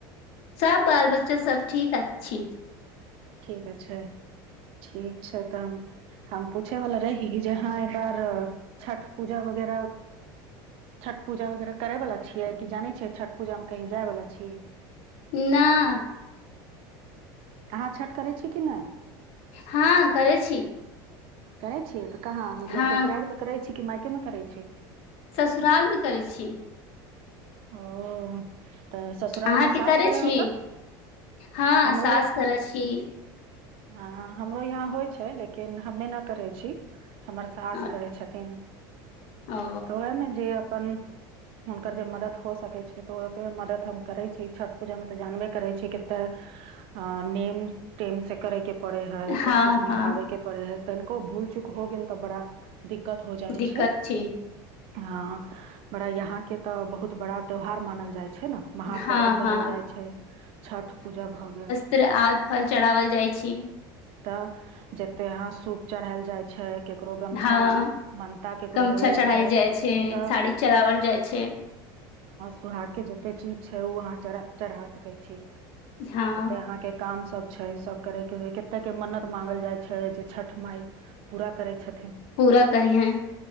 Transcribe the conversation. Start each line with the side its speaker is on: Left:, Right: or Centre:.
Left: सब बाल बच्चा सब ठीक अ छै
Right: ठीक छै ठीक छै तऽ हम हम पूछेवलाा रही जे हँ एक बार छठ पूजा वगैरह छठ पूजा वगैरह करैवलाा छियै कि जानै छियै छठ पूजामे कहीं जायवला छी
Left: नहि
Right: अहाँ छठि करै छी कि नहि
Left: हँ करै छी
Right: करै छिय तऽ कहाँ मतलब
Left: हँ
Right: ससुरारि मे करै छी कमा कमे करै छै
Left: ससुरालमे करैत छी
Right: ओ तऽ ससुरालमे
Left: अहाँके
Right: सास
Left: करै छी
Right: होतऽ
Left: हँ
Right: हमरो
Left: साास
Right: य
Left: करै छी की
Right: हँ हमरो यहाँ होइ छै लेकिन हमे नहि करै छी हमर सास
Left: अ-
Right: करै छथिन
Left: ओ
Right: तऽ ओएहमे जे अपन हुनकर जेब मदद हो सकै छै तऽ ओ मदद हम करै छी छठ पूजामे तऽ जानबे करै छी कते अ नेम ेम से करेके पड़े है सब
Left: हँ
Right: कुछ निभाबे
Left: हँ
Right: के पड़े हय तनको भुल चुक होग गेलर तब बड़ दिक्कत हो जाइ
Left: दिक्कत
Right: छै
Left: छी
Right: अ बड़ा यहां के तऽ बहुत बड़ा त्योहार मानल जाय छै ने महापर्व
Left: हँ
Right: कहल
Left: हँ
Right: जाइ छै छठ पूजा भऽ गेल
Left: चितत्र आ फल चढ़ाावल जाइ छी
Right: तऽ जते यहााँ सूप चढ़ायल जाइ छै केकरो गमछा
Left: हँ
Right: ममता केकरो
Left: गमछा
Right: बोलल
Left: चढ़ायल
Right: जाय
Left: जाइ छै
Right: तऽ
Left: साड़ी चढ़ाओल जाइ छै
Right: सुहाग के जते चीज छै ओ अहाँ चढ़ त कहै छी
Left: हँ
Right: अहाँ के काम सब छै सब करे के होइ कते के मन्नत मांगल जाइ छै जे छठ मााय पूरा करै छथिन
Left: पूरा करियहै